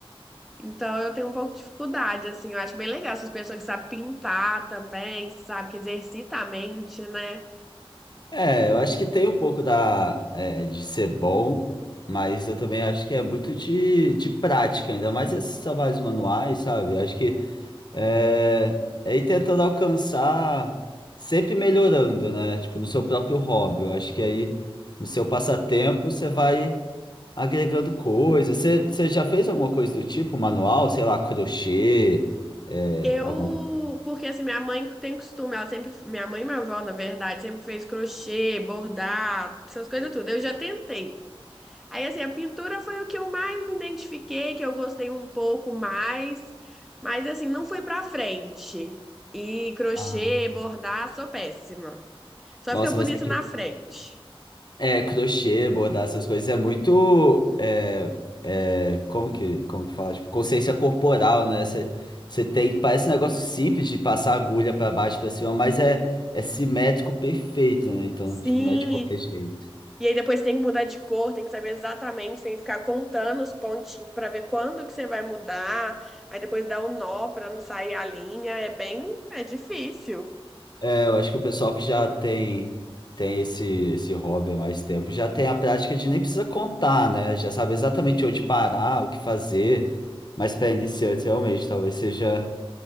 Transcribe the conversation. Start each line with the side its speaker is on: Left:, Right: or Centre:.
Centre: Então, eu tenho um pouco de dificuldade. Assim, eu acho bem legal essas pessoas que sabem pintar também, sabe, que exercita a mente, né?
Left: É, eu acho que tem um pouco da, é, de ser bom, mas eu também acho que é muito de, de prática, ainda mais esses trabalhos manuais, sabe? Eu Acho que é, é ir tentando alcançar, sempre melhorando, né? Tipo, no seu próprio hobby. Eu acho que aí, no seu passatempo, você vai agregando coisas. Você, você já fez alguma coisa do tipo, manual? Sei lá, crochê, é,
Centre: Eu,
Left: alguma coisa.
Centre: porque assim, minha mãe tem costume, ela sempre, minha mãe e minha avó, na verdade, sempre fez crochê, bordar, essas coisas tudo. Eu já tentei. Aí, assim, a pintura foi o que eu mais me identifiquei, que eu gostei um pouco mais, mas, assim, não foi pra frente. E crochê,
Left: Ah,
Centre: bordar, sou péssima. Só
Left: Nossa,
Centre: fica bonito
Left: mas é que
Centre: na frente.
Left: É, crochê, bordar essas coisas é muito. É, é, como que, como que fala? Tipo, consciência corporal, né? Você você tem. Parece um negócio simples de passar agulha pra baixo, pra cima, mas é, é simétrico perfeito, né? Então,
Centre: Sim,
Left: tipo, não é de qualquer
Centre: e,
Left: jeito.
Centre: e aí depois tem que mudar de cor, tem que saber exatamente, tem que ficar contando os pontinhos pra ver quando que você vai mudar. Aí depois dá um nó pra não sair a linha. É bem, é difícil.
Left: É, eu acho que o pessoal que já tem, tem esse, esse hobby há mais tempo já tem a prática de nem precisa contar, né? Já sabe exatamente onde parar, o que fazer. Mas para iniciantes, realmente, talvez seja